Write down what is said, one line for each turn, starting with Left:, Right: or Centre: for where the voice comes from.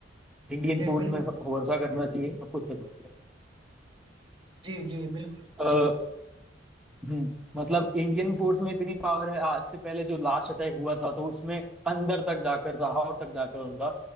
Centre: इंडियन
Right: जी
Centre: फोर्स
Right: बिल्कुल
Centre: में भरोसा करना चाहिए सब कुछ कर सकते हैं
Right: जी जी बिल्कुल
Centre: तो हम्म, मतलब इंडियन फोर्स में इतनी पावर है आज से पहले जो लास्ट अटैक हुआ था तो उसमें अंदर तक जाकर लाहौर तक जाकर उनका